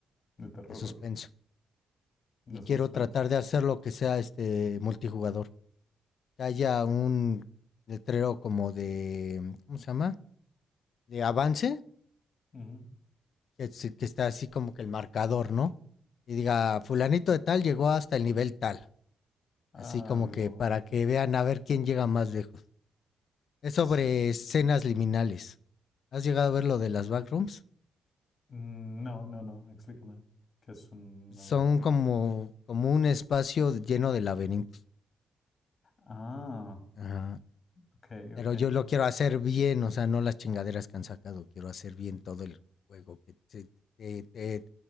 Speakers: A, on the left; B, on the left.
A: De terror,
B: de suspenso.
A: ok.
B: Y
A: De
B: quiero
A: suspenso.
B: tratar de hacer lo que sea este multijugador. Que haya un letrero como de, ¿cómo se llama? De avance,
A: Ujú.
B: que, es- que está así como que el marcador, ¿no? Y diga, fulanito de tal llegó hasta el nivel tal.
A: Ah,
B: Así como
A: algo.
B: que para que vean a ver quién llega más lejos. Es sobre
A: sí.
B: escenas liminales. ¿Has llegado a ver lo de las backrooms?
A: Mm, No, no, no. Explícame. ¿Qué es una
B: Son
A: backroom?
B: como, como un espacio lleno de laberintos.
A: Ah,
B: Ajá.
A: ok,
B: Pero
A: ok.
B: yo lo quiero hacer bien, o sea, no las chingaderas que han sacado. Quiero hacer bien todo el juego, que te, te- te-